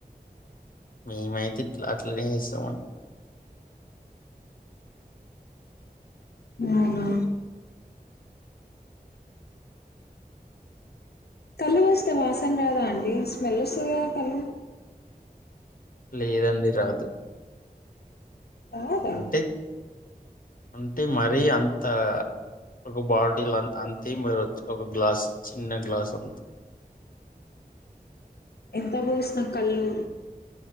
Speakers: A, on the left (about 60°); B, on the left (about 85°).
A: మీమైతే ఇట్ల అట్లనే చేస్తామన్
B: అవునా కల్లు పోస్తే వాసన రాదా అండి స్మెల్ వస్తాది కదా కల్లు
A: లేదండి రాదు
B: రాదా
A: అంటే అంటే మరీ అంత ఒక బాటిల్ అన్ అంతేం పోయరు ఒక గ్లాస్ చిన్న గ్లాస్ అంత్
B: ఎంత పోస్నా కల్లు